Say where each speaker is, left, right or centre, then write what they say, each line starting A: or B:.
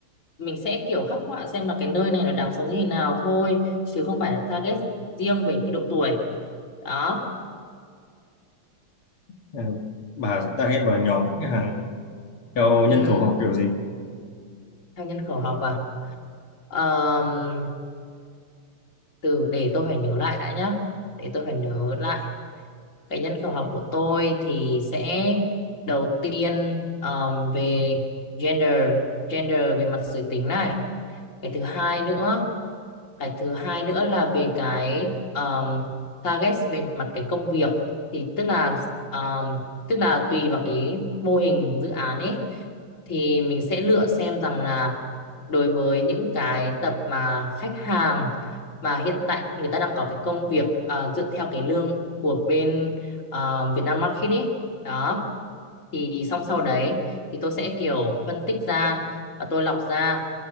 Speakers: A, on the left; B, on the left.
A: mình sẽ kiểu khắc họa xem là cái nơi này là đáng sống như thế nào thôi chứ không phải là target riêng về cái độ tuổi đó
B: Ờ, bà sẽ target vào nhóm khách hàng theo
A: ừ.
B: nhân khẩu học kiểu gì
A: theo nhân khẩu học à Ờm, từ để tôi phải nhớ lại đã nhá để tôi phải nhớ lại cái nhân khẩu học của tôi thì sẽ đầu tiên ờm, về gender gender về mặt giới tính này cái thứ hai nữa cái thứ hai nữa là về cái um, target về mặt cái công việc thì tức là um, tức là tùy vào cái mô hình dự án ấy thì mình sẽ lựa xem rằng là đối với những cái tập mà khách hàng mà hiện tại người ta đang có cái công việc à, dựa theo cái lương của bên à, Vietnam Market ấy đó thì xong sau đấy thì tôi sẽ kiểu phân tích ra và tôi lọc ra